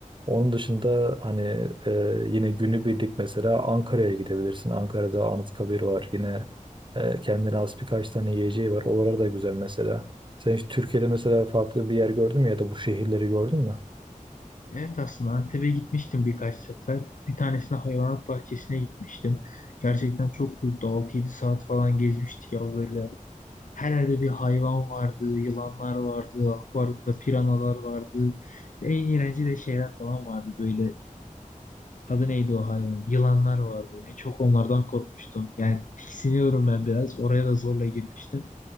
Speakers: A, on the right (about 35°); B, on the left (about 65°).
A: Onun dışında hani e, yine günübirlik mesela Ankara'ya gidebilirsin. Ankara'da Anıtkabir var. Yine e, kendine has birkaç tane yiyeceği var. Oralar da güzel mesela. Sen hiç Türkiye'de mesela farklı bir yer gördün mü ya da bu şehirleri gördün mü?
B: Evet aslında Antep'e gitmiştim birkaç sefer. Bir tanesine hayvanat bahçesine gitmiştim. Gerçekten çok büyüktü. Altı yedi saat falan gezmiştik ya böyle. Her yerde bir hayvan vardı, yılanlar vardı, akvaryumda piranalar vardı. En iğrenci de şeyler falan vardı böyle. Adı neydi o hayvan? Yılanlar vardı. En çok onlardan korkmuştum. Yani tiksiniyorum ben biraz. Oraya da zorla girmiştim.